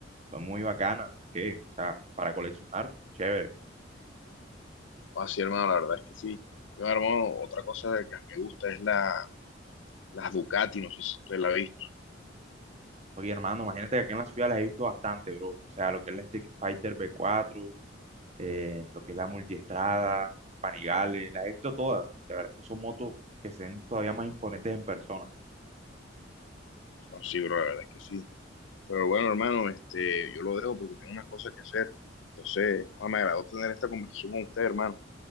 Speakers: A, on the right; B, on the left.
A: Son muy bacanas, ¿para qué? O sea, para coleccionar, chévere.
B: O así, hermano, la verdad es que sí. Yo, hermano, otra cosa que me gusta es la, las Ducati, no sé si usted la ha visto.
A: Oye, hermano, imagínate que aquí en la ciudad las he visto bastante, bro. O sea, lo que es la Street Fighter V cuatro eh, lo que es la multiestrada, la Panigale, la he visto todas. La verdad es que son motos que se ven todavía más imponentes en persona.
B: No, sí, bro, la verdad es que sí. Pero bueno, hermano, este, yo lo dejo porque tengo unas cosas que hacer. Entonces, ah, me agradó tener esta conversación con usted, hermano.